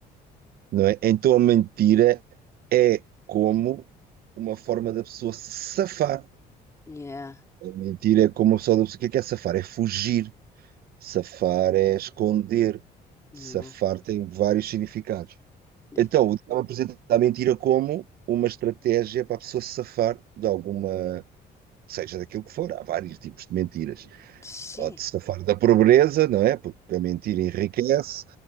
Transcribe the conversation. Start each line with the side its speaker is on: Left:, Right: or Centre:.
Right: não é? Então a mentira é como uma forma da pessoa se safar.
Left: Yeah,
Right: Mentir é como o pessoal do... O que é que é safar? É fugir. Safar é esconder.
Left: yeah.
Right: Safar tem vários significados.
Left: De-
Right: Então, o diabo apresenta a mentira como uma estratégia para a pessoa se safar de alguma... Seja daquilo que for, há vários tipos de mentiras.
Left: Sim.
Right: Ou de se safar da pobreza, não é? Porque a mentira enriquece.